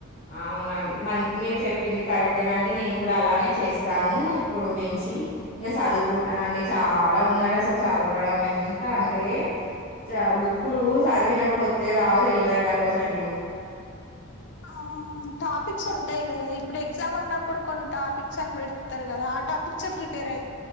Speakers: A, on the left; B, on the left.
A: అవునండి మ మీరు చెప్పింది కరెక్టేనండి నేను కూడా అలానే చేస్తాను ఇప్పుడు నుంచి ఇంకా చదువుకుంటానండి చాలా ఉందడు అసలు చదవడం ఎంత అంటే చ బుక్కులు చదివినా కూడా వస్తే రావు తెలియదండి ఆ క్వశ్చన్లు
B: ఆ టాపిక్స్ ఉంటాయి కదా ఇప్పుడు ఎగ్జామ్ ఉన్నప్పుడు కొన్ని టాపిక్స్ అని పెడతారు కదా ఆ టాపక్చ ప్రిపేయర్